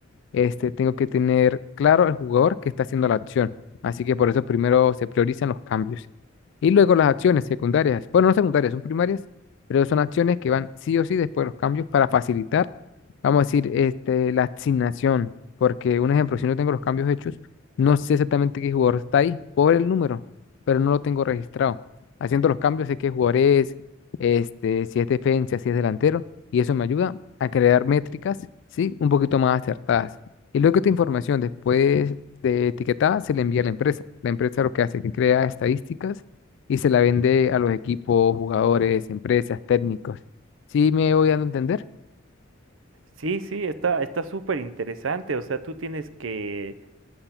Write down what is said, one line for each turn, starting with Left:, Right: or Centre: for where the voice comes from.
Left: este, tengo que tener claro el jugador que está haciendo la acción. Así que por eso primero se priorizan los cambios. Y luego las acciones secundarias. Bueno, no secundarias, son primarias, pero son acciones que van sí o sí después de los cambios para facilitar, vamos a decir, este, la asignación. Porque un ejemplo, si no tengo los cambios hechos, no sé exactamente qué jugador está ahí por el número, pero no lo tengo registrado. Haciendo los cambios sé qué jugador es, este, si es defensa, si es delantero, y eso me ayuda a crear métricas, ¿sí? Un poquito más acertadas. Y luego esta información, después de etiquetada, se le envía a la empresa. La empresa lo que hace es que crea estadísticas y se la vende a los equipos, jugadores, empresas, técnicos. ¿Sí me voy dando a entender?
Right: Sí, sí, está, está súper interesante. O sea, tú tienes que